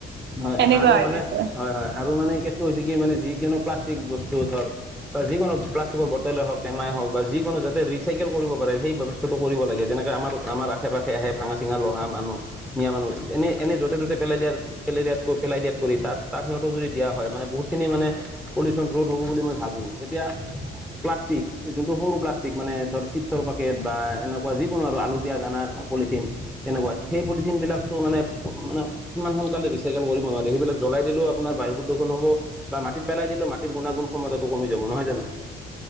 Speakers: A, in the centre; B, on the right (about 60°).
A: হয়,
B: এনেকুৱা
A: আৰু
B: হৈ
A: মানে
B: গৈছে
A: হয় হয়। আৰু মানে কেছটো হৈছে কি মানে যিকোনো প্লাষ্টিক বস্তু ধৰ বা যিকোনো প্লাষ্টিকৰ বটলেই হওঁক টেমাই হওঁক বা যিকোনো যাতে ৰিচাইকেল কৰিব পাৰে সেই ব্যৱস্থাটো কৰিব লাগে। যেনেকে আমাৰ আমাৰ আশে পাশে আহে ভাঙা চিঙা লোহাৰ মানুহ নিয়া মানুহ এনে এনে য'তে ত'তে পেলাই দিয়াৰ পেলাই দিয়াত কৈ পেলাই দিয়াত কৰি তাত তাক সিহঁত যদি দিয়া হয় মানে বহুতখিনি মানে পলিউচ্যন ৰোধ হ'ব বুলি মই ভাবো। এতিয়া প্লাষ্টিক যোনটো সৰু প্লাষ্টিক মানে ধৰ চিপছৰ পেকেট বা এনেকুৱা যিকোনো আৰু আলু পিয়াজ আনা পলিথিন তেনেকুৱা সেই পলিথিনবিলাকটো মানে মানে ইমান সোনকালে ৰিচাইকেল কৰিব নোৱাৰে সেইবিলাক জ্বলাই দিলও আপোনাৰ বায়ু প্ৰদূষণ হ'ব বা মাটিত পেলাই দিলে মাটিৰ গুণাগুণ ক্ষমতাটো কমি যাব নহয় জানো?